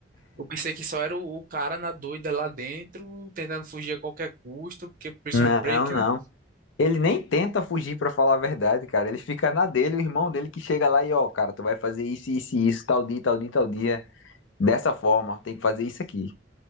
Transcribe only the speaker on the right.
Eu pensei que só era o, o cara na doida lá dentro, tentando fugir a qualquer custo, porque Prison
Break,
né?